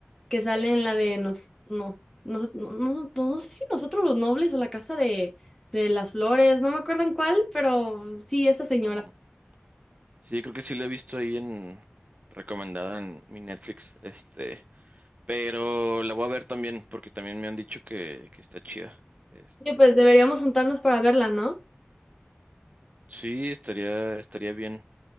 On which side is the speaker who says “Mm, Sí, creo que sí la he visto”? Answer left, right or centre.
Right